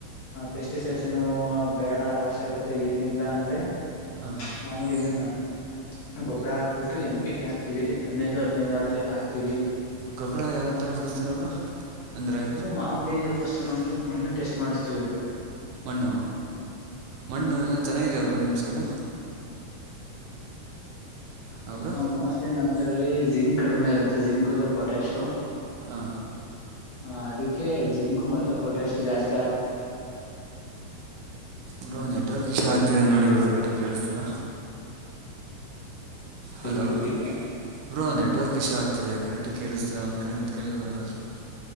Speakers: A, on the left; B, on the right.
A: ಆ ಪೆಸ್ಟಿಸೈಡ್ಸ್ ಏನು ಬೇಡ ಅವಶ್ಯಕತೆ ಏನು ಇಲ್ಲ ಅಂದ್ರೆ.
B: ಹಾಂ
A: ಮಾಮೂಲಿ ಈಜನ್ನ. ಗೊಬ್ಬರ ಹಾಕ್ಬಿಟ್ಟು ಎಂಪಿಕೆ ಹಾಕ್ತಿವಿ ಹದನೈದು ಹದ್ನೈದು ಅಡತಿ ಹಾಕ್ತಿವಿ.
B: ಗೊಬ್ಬರ ಯಾವ ತರ ಬೆಳಸ್ತಿರ ಬ್ರೋ. ಅಂದರೆ
A: ಒಬ್ರು ಮಾಮೂಲಿ ಫಸ್ಟ್ ನಮ್ದು ಮೋಣ್ಣು ಟೆಸ್ಟ್ ಮಾಡಿಸ್ತೀವಿ ಬ್ರೋ.
B: ಮಣ್ಣು ಮಣ್ಣು ಎಲ್ಲ ಚೆನ್ನಾಗಿದೆ ಬ್ರೋ ನಿಮ್ಮ ಸೈಡು. ಆ ಬ್ರೋ
A: ಮೋಸ್ಟ್ಲಿ ನಮ್ ಇದರಲ್ಲಿ ಜಿಂಕ್ ಕಡಿಮೆ ಇರುತ್ತೆ ಜಿಂಕು ಇಲ್ಲ ಪೊಟ್ಯಾಶು.
B: ಹಾ
A: ಹ ಅದಕ್ಕೆ ಜಿಂಕು ಮತ್ತು ಪೊಟ್ಯಾಶು ಜಾಸ್ತಿ ಆಗ್
B: ಬ್ರೋ ನೆಟ್ವರ್ಕ್ ಇಶ್ಯೂ ಆಗ್ತಿದೆ ನೋಡಿ ಬ್ರೋ ಕರೆಕ್ಟಾಗಿ ಕೇಳಿಸ್ತಿಲ್ಲ.
A: ಆಗ್ತೀವಿ
B: ಹಲೋ
A: ಡ್ರಿಪ್ಪಿಗೆ
B: ಬ್ರೋ ನೆಟ್ ಟ್ವರ್ಕ್ ಇಶ್ಯೂ ಆಗ್ತಿದೆ ಕರೆಕ್ಟಾಗಿ ಕೇಳಿಸ್ತಿಲ್ಲ ಒಂದ ಕಡೆ ನಿಂತ್ಕೋಳಿ ಬ್ರೋ ಎಲ್ಲಾದರೂ.